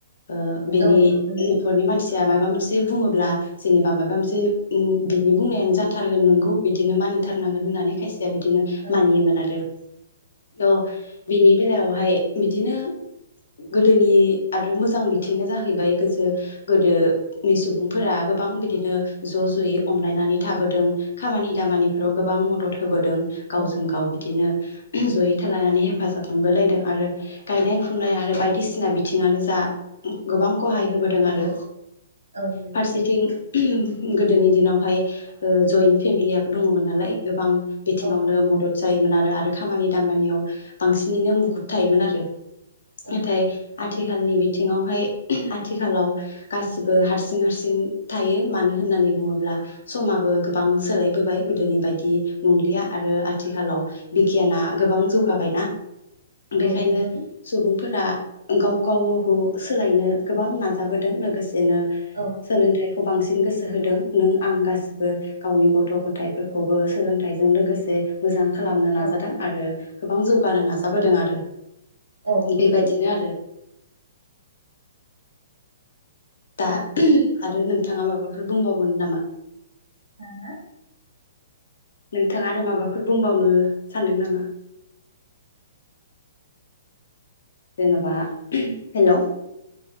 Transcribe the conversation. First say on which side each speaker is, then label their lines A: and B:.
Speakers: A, on the left (about 60°); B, on the right (about 80°).
A: ओ बेनि
B: औ नंगौ
A: न'खरनि मानसि जाया माबा मोनसे बुङोब्ला जेनेबा माबा मोनसे ओम बिनि बुंनायानो जाथारगोन नोंगौ बिदिनो मानिथारनांगोन होननानै खायसे या बिदिनो
B: औ
A: मानियोमोन आरो औ बिनि बेलायावहाय बिदिनो गोदोनि आरो मोजां बिथिङा जाहैबाय गोजो गोदोनि सुबुंफोरा गोबां बिदिनो ज' ज'यै अनलायनानै थाबोदों खामानि दामानिफोराव गोबां मदद होबोदों
B: औ
A: गावजों गाव बिदिनो। ज'यै थालायनानै हेफाजाब मोनबोलायदों आरो गायनाय फुनाय
B: औ
A: आरो बायदिसिना बि थिङानो जा गोबां खहाय
B: औ
A: होबोदों आरो
B: औ नंगौ
A: फारसेथिं गोदोनि दिनावहाय ओ जइन्ट फेमिलियाबो दङ'मोन नालाय गोबां बिथिङावनो
B: औ
A: मदद जायोमोन आरो आरो खामानि दामानियाव बांसिनैनो मुखुुब थायोमोन आरो
B: औ
A: नाथाय आथिखालनि बि थिङावहाय आथिखालाव गासिबो हारसिं हारसिं थायो। मानो होननानै बुङोब्ला समाबो गोबां सोलायबोबाय गोदोनि बायदि नंलिया आरो आथिखालाव बिगियाना गोबां जौगाबाय ना। बेखायनो
B: औ नंगौ
A: सुबुंफोरा गाव गाव गावखौ सोलायनो गोबां नाजाबोदों लोगोस एनो
B: औ
A: सोलोंथाय खौ बांसिन गोसो होदों नों आं गासिबो गावनि गथ' गथायाइफोरखौबो सोलोंथाइजों लोगोसे मोजां खालामनो
B: औ
A: नाजादों आरो गोबां जौगानो नाजाबोदों आरो
B: औ नंगौ
A: बेबायदिनो आरो दा आरो नोंथाङा माबाफोर बुंबावगोन नामा।
B: हो हो।
A: नोंथाङा आरो माबाफोर बुंबावनो सानदों नामा? जेन'बा हेल'